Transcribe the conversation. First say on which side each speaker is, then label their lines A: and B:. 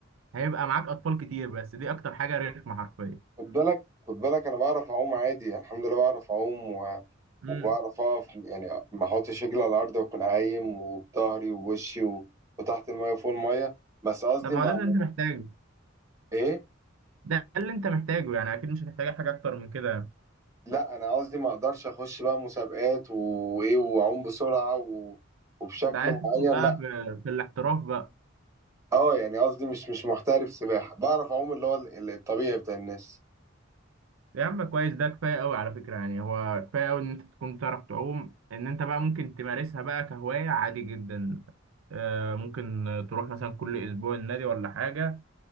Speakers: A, on the right; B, on the right.
A: هيبقى معاك أطفال كتير بس دي أكتر حاجة رخمة حرفيا
B: خد بالك خد بالك أنا بعرف أعوم عادي الحمد لله بعرف أعوم و...
A: امم
B: وبعرف أقف يعني ما أحطش رجلي على الأرض وأكون عايم وبظهري ووشي و... وتحت المية وفوق المية بس قصدي
A: طب ما
B: مع
A: هو ده اللي أنت محتاجه
B: إيه؟
A: ده اللي أنت محتاجه يعني أكيد مش هتحتاج حاجة أكتر من كده
B: لا أنا قصدي ما أقدرش أخش بقى مسابقات وإيه وأعوم بسرعة و... وبشكل
A: أنت عايز
B: معين
A: تدخل بقى
B: لا
A: في, في الاحتراف بقى
B: اه يعني قصدي مش مش محترف سباحة بعرف اعوم اللي هو ال- الطبيعي بتاع الناس
A: يا عم كويس ده كفايه قوي على فكره يعني هو كفايه قوي ان انت تكون بتعرف تعوم ان انت بقى ممكن تمارسها بقى كهوايه عادي جدا آه، ممكن تروح مثلا كل اسبوع النادي ولا حاجه